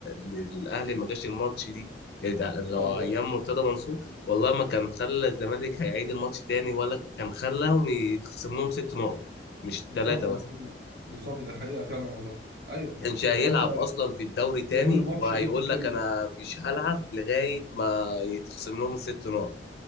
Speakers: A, on the left (about 60°); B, on the right (about 70°).
A: إن الأهلي ما جاش الماتش دي كانت ع- لو
B: ايوه
A: أيام مرتضى منصور والله ما كان خلى الزمالك هيعيد الماتش تاني ولا كان خلاهم يتخصم لهم ست نقط مش
B: بالظبط
A: ثلاثة
B: انا
A: بس
B: كنت بالظبط ده حقيقه فعلا والله ايوه
A: كانش
B: كنت
A: هيلعب
B: حتى
A: اصلا في الدوري تاني
B: يوم الماتش
A: وهيقول
B: قلت الكلمه
A: لك انا
B: دي
A: مش هلعب لغايه ما يتخصم لهم الست نقط